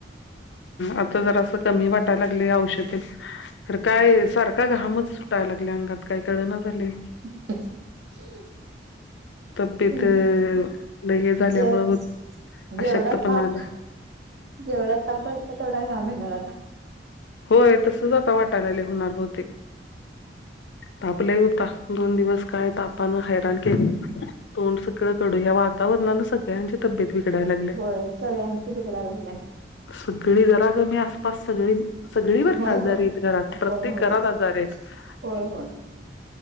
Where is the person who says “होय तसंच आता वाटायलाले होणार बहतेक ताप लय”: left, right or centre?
Left